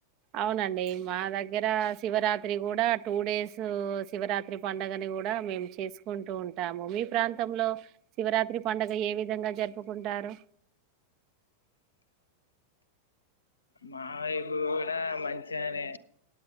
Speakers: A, on the right; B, on the left.
A: అవునండి మా దగ్గర శివరాత్రి కూడా టూ డేస్ శివరాత్రి పండుగని కూడా మేము చేసుకుంటూ ఉంటాము మీ ప్రాంతంలో శివరాత్రి పడుగ ఏ విధంగా జరుపుకుంటారు
B: మా వైపు కూడా మంచిగానే